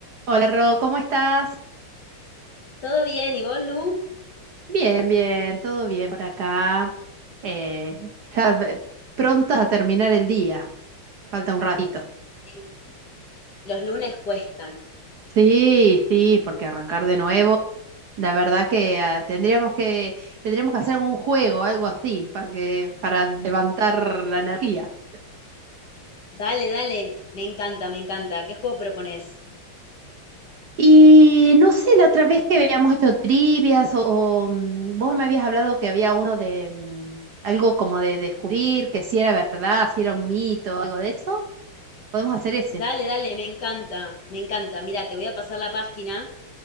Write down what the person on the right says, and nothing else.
Hola Ro, ¿cómo estás?
Bien, bien, todo bien por acá. Eh, ya ve- pronta a terminar el día, falta un ratito.
Sí, sí, porque arrancar de nuevo, la verdad que ah, tendríamos que tendríamos que hacer un juego, algo así, para que, para levantar la energía.
Y no sé, la otra vez que habíamos hecho trivias o, o, mm, vos me habías hablado que había uno de mm, algo como de descubrir que si era verdad, si era un mito, algo de eso. Podemos hacer ese.